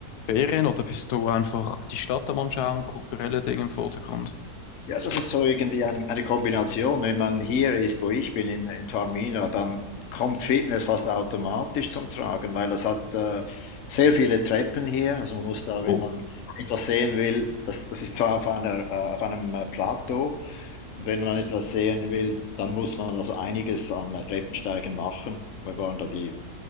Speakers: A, on the left; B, on the left.
A: Ferien oder bist du einfach die Stadt am Anschauen, kulturelle Dinge im Vordergrund?
B: Ja, das ist so irgendwie ein, eine Kombination. Wenn man hier ist, wo ich bin, in, in Taormina, dann kommt Fitness fast automatisch zum Tragen, weil es hat äh, sehr viele Treppen hier. Also man muss da, wenn
A: Oh,
B: man etwas sehen will, das, das ist zwar auf einer, äh, auf einem äh, Plateau, und wenn man etwas sehen will, dann muss man also einiges an äh, Treppensteigen machen. Wir waren da die,